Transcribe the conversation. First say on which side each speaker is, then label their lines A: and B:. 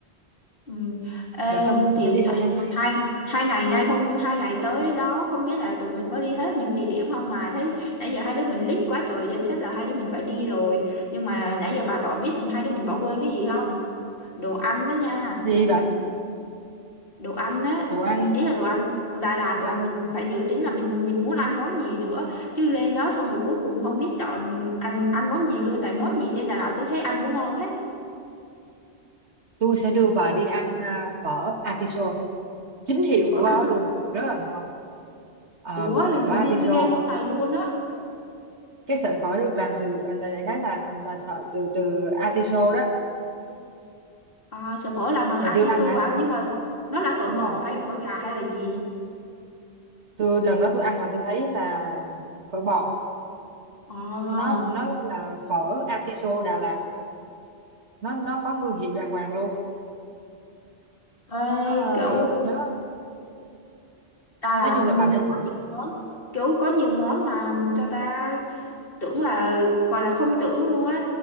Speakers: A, on the left (about 55°); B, on the right (about 80°).
A: Ừ. Ê,
B: rồi xong mình
A: thì
B: sẽ đi mây
A: th
B: lang thang
A: hai hai ngày nay không hai ngày tới đó không biết là tụi mình có đi hết những địa điểm không mà thấy nãy giờ hai đứa mình list quá trời danh sách là hai đứa mình phải đi rồi nhưng mà nãy giờ bà bỏ biết hai đứa mình bỏ quên cái gì không đồ ăn đó nha
B: gì bà
A: đồ ăn á
B: đồ ăn
A: ý là đồ ăn Đà Lạt
B: đồ
A: là
B: ăn
A: mình phải dự tính là mình mình muốn ăn món gì nữa chứ lên đó xong rồi cuối cùng không biết chọn ăn, ăn món gì luôn tại món gì trên Đà Lạt tôi thấy ăn cũng ngon hết
B: tôi sẽ đưa bà đi ăn à, phở artiso chính hiệu
A: phở
B: của
A: Atis
B: nó luôn rất là ngon ờ
A: Ủa lần
B: phở
A: đầu
B: artiso
A: tiên tôi nghe món này luôn á
B: cái sợi phở được làm từ à, đại khái là là sợi từ từ artiso đó
A: À, sợi phở làm bằng atiso
B: bà chưa ăn hả
A: hả? Nhưng mà nó là phở
B: đúng
A: bò
B: rồi
A: hay là phở gà hay là gì?
B: tôi lần đó tôi ăn là tôi thấy là phở bò
A: Ờ,
B: nó nó là phở artiso Đà Lạt nó nó có thương hiệu đàng hoàng luôn
A: ê,
B: nó à,
A: kiểu
B: tôi nhớ
A: Đà Lạt
B: nói chung
A: ừm,
B: là bà nên thử
A: có nhiều món, kiểu có nhiều món mà cho ta tưởng là gọi là không tưởng luôn á.